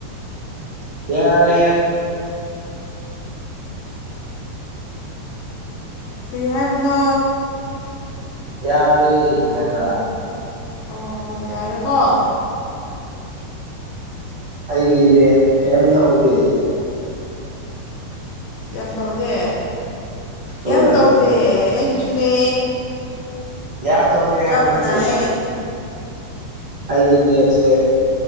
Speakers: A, on the right; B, on the left.
A: ꯌꯥꯔꯦꯍꯦ
B: ꯀꯩ ꯍꯥꯏꯕꯅꯣ
A: ꯌꯥꯔꯦ ꯍꯥꯏꯕ
B: ꯑꯣ ꯌꯥꯔꯦꯀꯣ
A: ꯑꯩꯒꯤ ꯅꯦꯠ ꯀꯩꯝ ꯇꯧꯗꯦ
B: ꯀꯩꯝ ꯇꯧꯗꯦ
A: ꯍꯣꯏ
B: ꯀꯩꯝ ꯇꯧꯗꯦ ꯑꯩꯒꯤꯁꯨꯅꯦ
A: ꯌꯥꯝ ꯇꯧꯗꯦ
B: ꯆꯞꯄ
A: ꯍꯥꯏꯕ ꯅꯠꯇꯦ
B: ꯅꯥꯏꯌꯦ
A: ꯑꯩꯒꯤ ꯅꯦꯠꯁꯦ